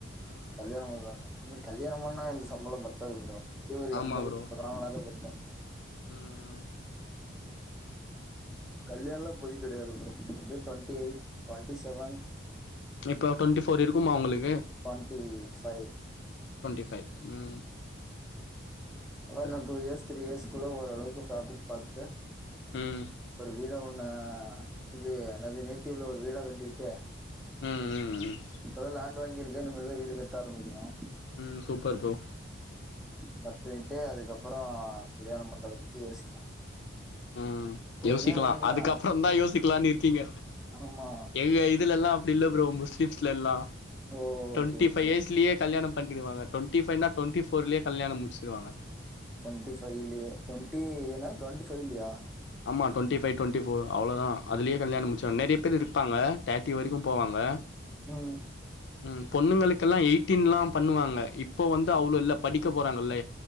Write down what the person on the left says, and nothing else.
ம்
ஆமா
ப்ரோ
ம் ம்
இப்ப டொண்டி ஃபோர் இருக்குமா உங்களுக்
டுவண்டி ஃபை ம் super
ம்
ம் ம் ம்
ம் சூப்பர் ப்ரோ
ம்
யோசிக்கலா
அதுக்கப்புற தா யோசிக்கலான் இருக்கீங்க
எங்க இதுலல்லா அப்டி இல்ல ப்ரோ முஸ்லிம்ஸ்ல எல்லா
டுவெண்டி
பை இயர்ஸ்லயே கல்யாணம் பண்ணிடுவங்க டுவென்டி ஃபைவ் இல்லனா டுவேண்டி டி ஃபோர் லயே கல்யாணம் முடிச்சடுவாங்க
ஆமா twenty five twenty four அவ்வளதா அதுலயே கல்யாண முச்ச நெறயபேர் இருப்பாங்க தேட்டி வரைக்கு போவாங்க
ம் பொண்ணுங்கக்கெல்லா எயிட்டீன் எல்லா பண்ணுவாங்க இப்ப வந்து அவ்ளோ இல்ல படிக்க போறாங்க இல்ல